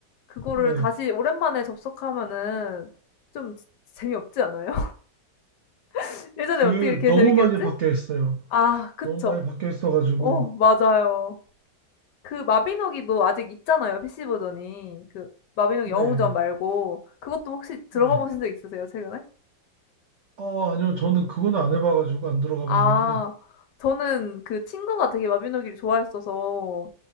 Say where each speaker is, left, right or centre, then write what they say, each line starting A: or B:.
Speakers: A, on the left (about 70°); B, on the right (about 80°).
A: 그거를
B: 네.
A: 다시 오랜만에 접속하면은 좀 지 재미없지 않아요? <laughs> 예전에
B: 그
A: 어떻게 이렇게
B: 너무
A: 재밌게
B: 많이
A: 했지?
B: 바뀌어 있어요.
A: 아 그쵸.
B: 너무 많이 바뀌어 있어가지고.
A: 어 맞아요. 그 마비노기도 아직 있잖아요, PC 버전이. 그 마비노기
B: 네.
A: 영웅전 말고 그것도 혹시 들어가
B: 네.
A: 보신 적 있으세요, 최근에?
B: 어, 아니요. 저는 그건 안 해봐가지고 안 들어가
A: 아
B: 봤는데.
A: 저는 그 친구가 되게 마비노기를 좋아했어서